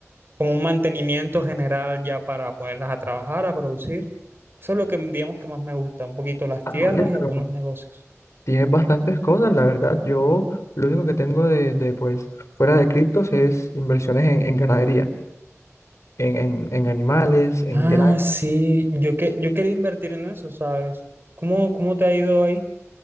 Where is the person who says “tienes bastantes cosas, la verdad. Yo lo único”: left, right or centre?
Left